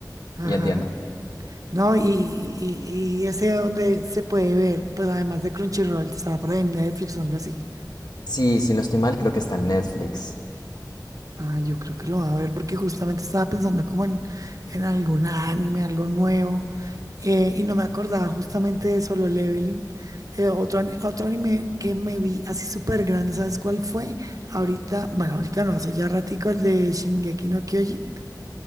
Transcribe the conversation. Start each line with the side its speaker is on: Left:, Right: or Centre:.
Right: Ajá.
Left: y entiendo.
Right: No, y, y, y ese donde se puede ver, pues además de Crunchyroll, está por ahí en Netflix o algo así.
Left: Sí, si no estoy mal, creo que está en Netflix.
Right: Ah, yo creo que lo voy a ver porque justamente estaba pensando como en, en algún anime, algo nuevo, eh, y no me acordaba justamente de Solo Leveling. Eh, otro, ani- otro anime que me vi así súper grande, ¿sabes cuál fue? Ahorita, bueno, ahorita no, hace ya ratico el de Shingeki no Kyojin.